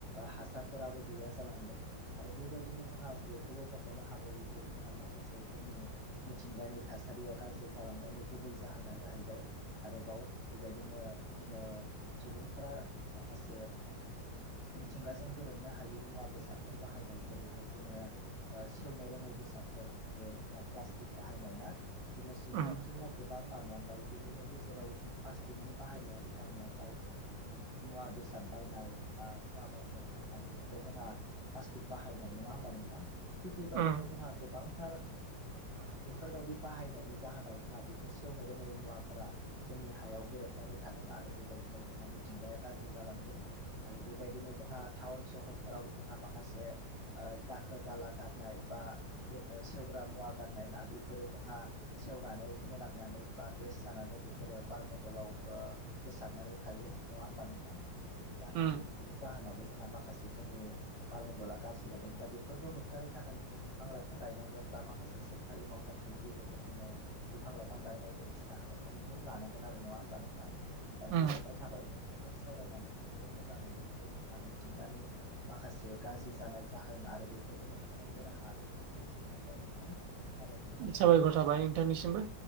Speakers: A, on the left; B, on the right.
A: हासारफोराबो गैया जालांदों। आरो बेबायदिनो जोंहा बेखौबो मख'नो हाबावो जे जोंहा माखासे जोंनि मिथिंगानि थासारिया गाज्रि जालांनायनि गुबै जाहोना जाहैबाय आरोबाव बेबायदिनो जोङो सुबुंफोरा माखासे मिथिंगाजों गोरोबनो हायि मुवा बेसादफोर बाहायनाय जेरैहाय जोङो सेवनो रोङै बेसादफोर जे जोंहा प्लास्टिक बाहायनाय ना जोङो सुबुं
B: उम
A: अनजिमाया गोबां बांलांबाय बिनिनो गेजेराव जोंहा प्लास्टिकनि बाहायनायाबो बांलांबाय। मुवा बेसाद बायनाया बा मुवा बायदि सिना फाननाय बेफोराव जोंहा प्लास्टिक बाहायनाय नङा होमबा नोंथां? थिग बेबायदिनो
B: उम
A: जोंहा गोबांथार बेफोरबायदि बाहायनायनि जाहोनाव जोंहा बेफोर सेवनो रोङै मुवाफोरा जोंनि हायाव गोरोबनानै थादों आरो बेबायदिनो जोंहा मिथिंगाया गाज्रि जालांदों। आरो बेबायदिनो जोंहा टाउन सहरफोराव जोंहा माखासे दाखोर दाला गारनाय बा सेवग्रा मुवा गारनाय ना बेफोरो जोंहा सेवनानै मोनामनानै बा गेस जानानै बेफोरो बारमन्दलाव उआ गोसारनानै थायो नङा होमबा नोंथां? बिनि जाहैबो
B: उम
A: बिनि जाहोनावबो जोंहा माखासे जोंनि बारमन्दला गाज्रि जादों दा बेफोरखौ होबथानो थाखाय जोङो बिफां लाइफां गायनांगोन बा माखासे सोर खारि मावथांखिनि गेजेरजों जोङो बिफां लाइफां गायनाय बायदिसिना हाबाफारिखौ लानांगोन आरो नङा होमबा नोंथां?
B: उम
A: गोजोननाय थाबाय नोंथांजों सावरायनानै जोबोद मोजां मोनदों जे जोंहा मिथिंगानि माखासे गाज्रि जानाय जाहोन आरो बेफोरफोरखौ होबथानायनि राहा बेफोरखौ मिथिनो मोनबाय नोंथां। साबायखर थाबाय
B: साबायखर थाबाय नोंथांनिसिमबो।